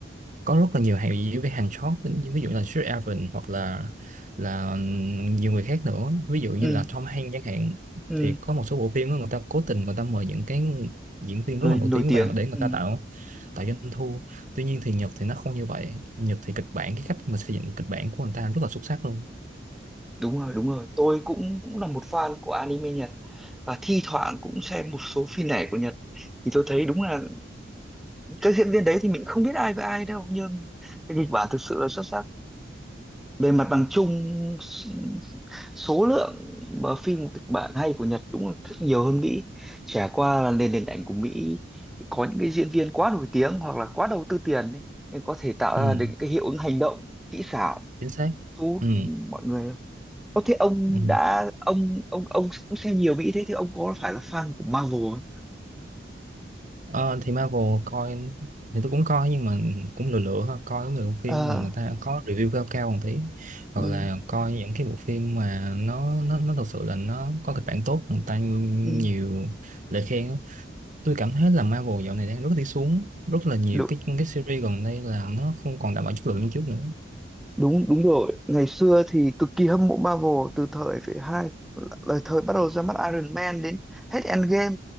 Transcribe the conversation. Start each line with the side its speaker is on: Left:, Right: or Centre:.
Right: có rất là nhiều hàng review với hàng short ví ví dụ là Sir Evan hoặc là là nhiều người khác nữa ví dụ như
Centre: ừ
Right: là Tom Hanks chẳng hạn
Centre: ừ
Right: thì có một số bộ phim á, người ta cố tình người ta mời những cái diễn viên
Centre: rồi
Right: rất là nổi
Centre: nổi
Right: tiếng
Centre: tiếng
Right: vào để người
Centre: ừ
Right: ta tạo tạo doanh thu tuy nhiên thì Nhật thì nó không như vậy Nhật thì kịch bản cái cách mà xây dựng kịch bản của người ta rất là xuất sắc luôn
Centre: đúng rồi đúng rồi tôi cũng cũng là một fan của anime Nhật và thi thoảng cũng xem một số phim lẻ của Nhật thì tôi thấy đúng là các diễn viên đấy thì mình không biết ai với ai đâu nhưng cái kịch bản thực sự là xuất sắc về mặt bằng chung s- số lượng mà phim kịch bản hay của Nhật đúng là rất nhiều hơn Mỹ chả qua là nền điện ảnh của Mỹ có những cái diễn viên quá nổi tiếng hoặc là quá đầu tư tiền ấy, nên có thể tạo
Right: ừ,
Centre: ra được những cái hiệu ứng hành động kỹ xảo
Right: chính xác
Centre: thu hút
Right: ừ.
Centre: mọi người không? thế ông
Right: ừ.
Centre: đã ông ông ông cũng xem nhiều Mỹ thế thì ông có phải là fan của Marvel không?
Right: Ờ, thì Marvel coi thì tôi cũng coi nhưng mà cũng lựa lựa thôi coi mấy bộ phim
Centre: Ờ,
Right: mà người ta có review cao cao một tí hoặc
Centre: ừ,
Right: là coi những cái bộ phim mà nó nó nó thật sự là nó có kịch bản tốt người ta nhiều
Centre: ừ,
Right: lời khen á. tôi cảm thấy là Marvel dạo này đang rất đi xuống rất là nhiều
Centre: đúng
Right: cái cái series gần đây là nó không còn đảm bảo chất lượng như trước nữa
Centre: đúng đúng rồi ngày xưa thì cực kỳ hâm mộ Marvel từ thời phải hai lời thời bắt đầu ra mắt Iron Man đến hết Endgame